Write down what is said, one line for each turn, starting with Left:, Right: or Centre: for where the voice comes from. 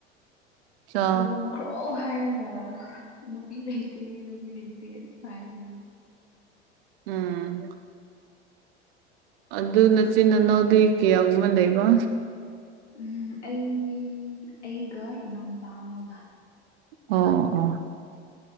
Right: ꯆꯥ
Left: ꯂꯨꯍꯣꯡꯈ꯭ꯔꯣ ꯍꯥꯏꯔꯒ ꯅꯨꯄꯤ ꯂꯩꯇꯦ ꯅꯨꯄꯤ ꯂꯩꯇꯦ ꯑꯗꯨ ꯍꯥꯏꯔꯒꯗꯤ
Right: ꯎꯝ ꯑꯗꯨ ꯅꯆꯤꯟ ꯅꯅꯥꯎꯗꯤ ꯀꯌꯥꯒꯨꯝꯕ ꯂꯩꯕ
Left: ꯎꯝ ꯑꯩ ꯑꯩꯒ ꯏꯅꯥꯎꯅꯨꯄꯥ ꯑꯃꯒ
Right: ꯑꯣ ꯑꯣ